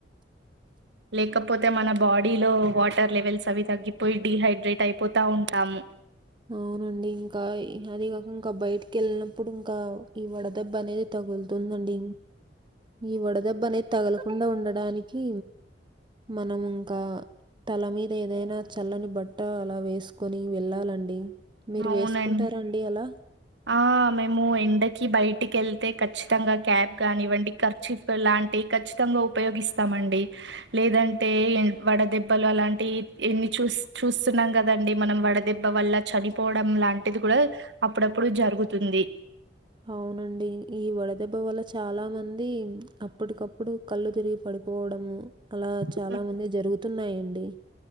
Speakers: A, on the right; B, on the right.
A: అవున
B: లేకపోతే మన బాడీలో వాటర్ లెవెల్స్ అవి తగ్గిపోయి డిహైడ్రేట్ అయిపోతా ఉంటాము
A: అవునండి ఇంకా అది కాక ఇంకా బయటికి వెళ్ళినప్పుడు ఇంకా ఈ వడదెబ్బ అనేది తగులుతుందండి ఈ వడదెబ్బ అనేది తగలకుండా ఉండడానికి మనము ఇంకా తల మీద ఏదైనా చల్లని బట్ట అలా వేసుకొని వెళ్ళాలండి మీరు
B: అవునం
A: వేసుకుంటారా అండి అలా?
B: ఆ మేము ఎండకి బయటికి వెళ్తే ఖచ్చితంగా క్యాప్ కానివ్వండి కర్చిఫ్ లాంటివి ఖచ్చితంగా ఉపయోగిస్తామండి లేదంటే వడదెబ్బలు అలాంటి ఎన్ని చూస్ చూస్తున్నాం కదండి మనం వడ వడదెబ్బ వల్ల చనిపోవడం లాంటిది కూడా అప్పుడప్పుడు జరుగుతుంది
A: అవునండి ఈ వడదెబ్బ వల్ల చాలా మంది అప్పటికప్పుడు కళ్ళు తిరిగి పడిపోవడము అలా చాలామందికి
B: ఉమ్,
A: జరుగుతున్నాయండి